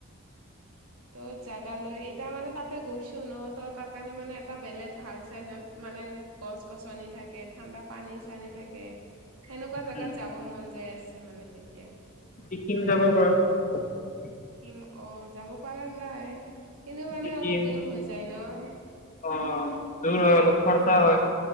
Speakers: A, on the right; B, on the left.
A: ত' জোগা লৈ এতিয়া মানে তাতে গৈছো ন ত তাৰ কাৰণে মানে এটা বেলেগ ভাল। তাৰ পিছত মানে গছ গছনি থাকে ঠাণ্ডা পানী চানী থাকে। সেনেকুৱা জোগাত
B: উম
A: যাব মন যায় আছে মানে এতিয়া।
B: ছিকিম <unintelligible>
A: ছিকিম অ' যাব পাৰা যায়, কিন্তু মানে
B: ছিকিম
A: অলপ দূৰ হৈ যায় ন।
B: অ', দূৰ হয় অল খৰচা হয়।